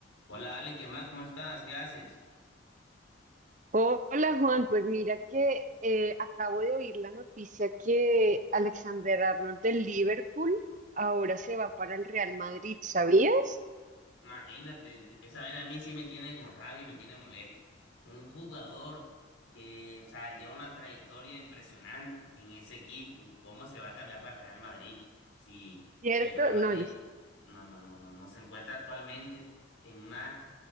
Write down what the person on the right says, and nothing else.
Hola Juan, pues mira que eh, acabo de oír la noticia que Alexander Arnold del Liverpool ahora se va para el Real Madrid, ¿sabías?
¿Cierto?
No, yo